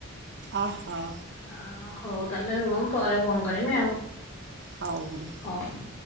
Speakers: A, on the right; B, on the left.
A: ଅହୋ।
B: ଆ ହଉ ତାହେଲେ ରୁହ ପରେ ଫୋନ୍ କର କରିମି ଆଉ
A: ହଉ ବୁଢ଼ୀ
B: ହଉ।